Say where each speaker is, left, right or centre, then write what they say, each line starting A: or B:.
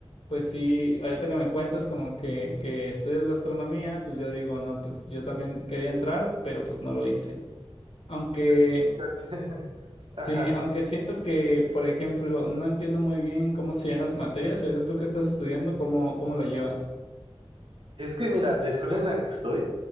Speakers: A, on the left (about 70°); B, on the right (about 60°).
A: pues sí, ahorita que me cuentas como que, que estudias gastronomía, pues yo digo, no, pues yo también quería entrar, pero pues no lo hice. Aunque
B: Te equivocaste. <laughs> Ajá.
A: Sí, aunque siento que, por ejemplo, no entiendo muy bien cómo serían las materias. Ahorita tú que estás estudiando, ¿cómo, cómo lo llevas,
B: Es que mira, la escuela en la que estoy